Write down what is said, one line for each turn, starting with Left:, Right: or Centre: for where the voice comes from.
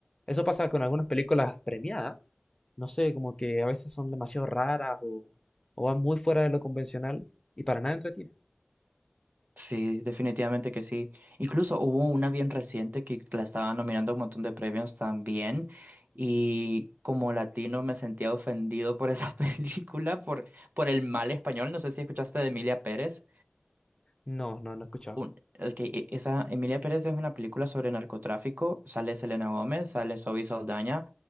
Left: Eso pasa con algunas películas premiadas. No sé, como que a veces son demasiado raras o, o van muy fuera de lo convencional y para nada entretienen.
Right: Sí, definitivamente que sí. Incluso hubo una bien reciente que la estaba nominando a un montón de premios también y como latino me sentía ofendido por esa <laughs> película, por, por el mal español. No sé si escuchaste de Emilia Pérez.
Left: No, no, no he escuchado.
Right: un- ok, e- esa Emilia Pérez es una película sobre narcotráfico, sale Selena Gómez, sale Zoe Saldaña.